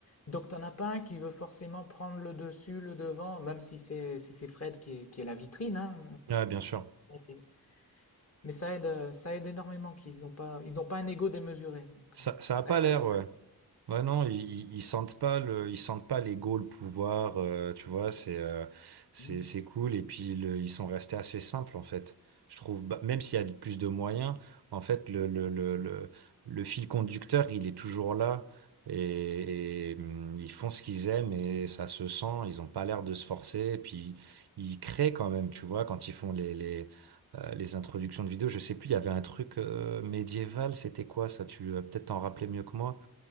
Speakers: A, on the left; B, on the right.
A: Donc, t'en as pas un qui veut forcément prendre le dessus, le devant, même si c'est si c'est Fred qui est, qui est la vitrine, hein.
B: ouais, bien sûr.
A: Mais mais ça aide, euh, ça aide énormément qu'ils n'ont pas, ils ont pas un ego démesuré. Donc,
B: Ça,
A: euh,
B: ça
A: ça
B: a pas
A: aide
B: l'air,
A: à durer.
B: ouais. Ouais, non, ils, ils ils sentent pas le, ils sentent pas l'ego, le pouvoir, euh, tu vois, c'est euh, c'est
A: Mm.
B: c'est cool. Et puis le- ils sont restés assez simples en fait. Je trouve, Bah, même s'il y a plus de moyens, en fait, le le le le, le fil conducteur, il est toujours là. Et, et, hum, ils font ce qu'ils aiment et ça se sent. Ils ont pas l'air de se forcer. Et puis ils créent quand même, tu vois, quand ils font les les euh, les introductions de vidéos. Je sais plus, il y avait un truc euh, médiéval. C'était quoi ça? Tu vas peut-être t'en rappeler mieux que moi.